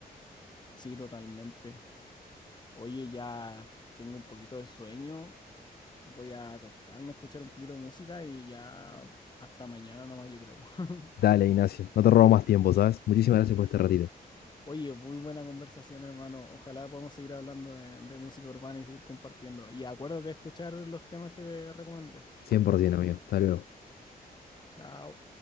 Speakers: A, on the left; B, on the left.
A: Sí, totalmente. Oye, ya tengo un poquito de sueño. Voy a acostarme a escuchar un poquito de música y ya hasta mañana nomás, yo creo. <laughs>
B: Dale, Ignacio, no te robo más tiempo, ¿sabes? Muchísimas gracias por este ratito.
A: Oye, muy buena conversación, hermano. Ojalá podamos seguir hablando de, de música urbana y seguir compartiendo. Y acuérdate de escuchar los temas que te recomendé.
B: 100%, amigo. Hasta luego.
A: Chao.